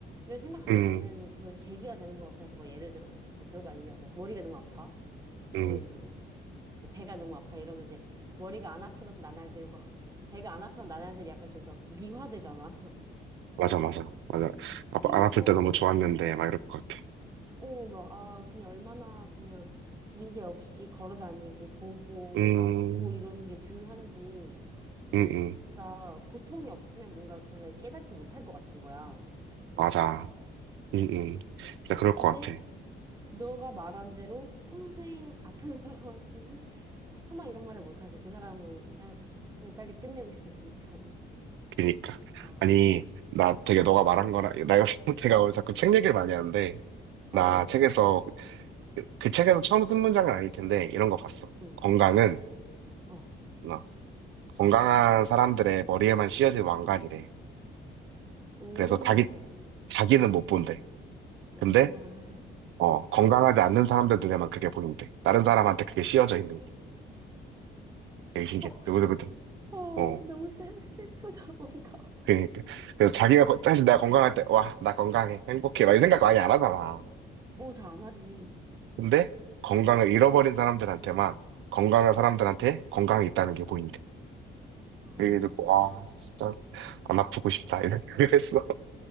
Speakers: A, on the right (about 20°); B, on the right (about 75°).
A: 를 생각하게
B: 음,
A: 되는 그런 계기가 되는 것 같아서 뭐 예를 들어 뭐 진짜 별거 아니지만 뭐 머리가 너무 아파
B: 음.
A: 아니면 뭐 뭐 배가 너무 아파 이러면 이제 머리가 안 아프던 나날들과 하고 배가 안 아프던 나날들이 약간 좀 더 미화되잖아. <laughs>
B: 맞아, 맞아. 맞아. 아파-
A: 그래서
B: 안 아플 때 너무 좋았는데, 막 이럴 것 같아.
A: 오 막 아 그냥 얼마나 그냥 문제 없이 걸어 다니고 보고
B: 음,
A: 뭐 듣고 이러는 게 중요한지
B: 음, 음.
A: 그러니까 고통이 없으면 뭔가 그걸 깨닫지 못할 것 같은 거야.
B: 맞아. 음, 음. 진짜 그럴
A: 근데
B: 것 같아.
A: 너가 말한 대로 평생 아픈 <laughs> 사람한테는 차마 이런 말을 못하지. 그 사람은 이 삶을 빨리 끝내고 싶을 테니까.
B: 그니까.
A: 아,
B: 아니, 나 되게 너가 말한 거랑, 나 요즘 <laughs> 내가 오늘 자꾸 책 얘기를 많이 하는데, 나
A: 어어,
B: 책에서, 그, 그 책에서 처음 쓴 문장은 아닐 텐데, 이런 거 봤어.
A: 응,
B: 건강은,
A: 어.
B: 어, 건강한 사람들의 머리에만 씌어진 왕관이래.
A: 오,
B: 그래서 자기, 자기는 못 본대.
A: 왕관.
B: 근데, 어,
A: 어.
B: 건강하지 않는 사람들 눈에만 그게 보인대. 다른 사람한테 그게 씌어져 있는 게. 되게 신기해.
A: 헉,
B: 누구누구든.
A: 어,
B: 어,
A: 너무 슬, 슬프다, 뭔가.
B: 그니까. 그래서 자기가, 거- 사실 내가 건강할 때, 와, 나 건강해. 행복해. 막 이런 생각 많이 안 하잖아.
A: 어, 잘 안 하지.
B: 근데, 건강을 잃어버린 사람들한테만, 건강한 사람들한테 건강이 있다는 게 보인대.
A: 아,
B: 그게 듣고, 와, 진짜, 안 아프고 싶다. 이런 생각을 했어.